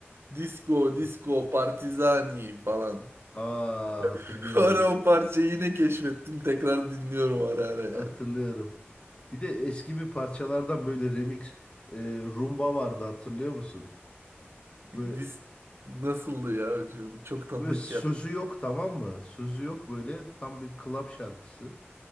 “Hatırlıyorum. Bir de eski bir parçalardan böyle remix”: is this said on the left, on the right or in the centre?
Left